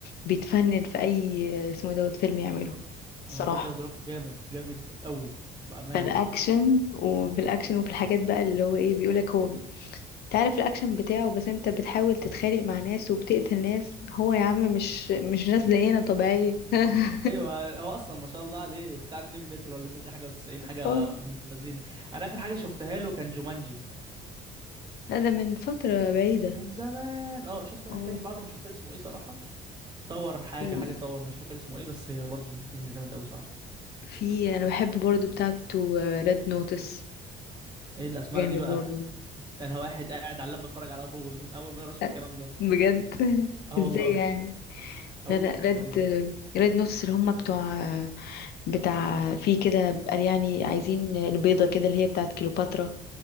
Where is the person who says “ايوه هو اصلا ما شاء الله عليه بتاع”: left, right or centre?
Right